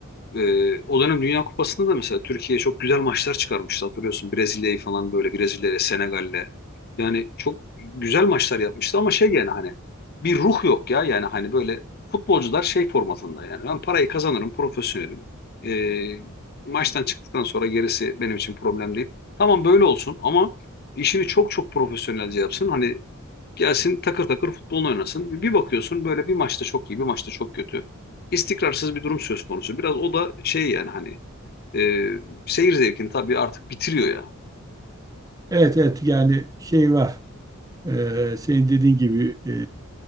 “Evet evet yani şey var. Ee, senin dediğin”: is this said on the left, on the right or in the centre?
Right